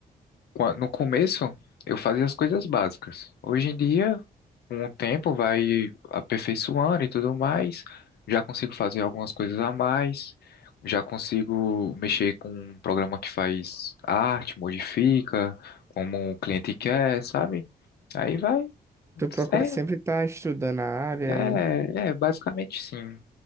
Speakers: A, on the left; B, on the right.
A: qua- no começo eu fazia as coisas básicas. Hoje em dia, com o tempo, vai aperfeiçoando e tudo mais. Já consigo fazer algumas coisas a mais. Já consigo mexer com um programa que faz arte, modifica, como o cliente quer, sabe? Aí vai.
B: Tu procura
A: É,
B: sempre estar estudando a área
A: É,
B: e...
A: é, basicamente sim.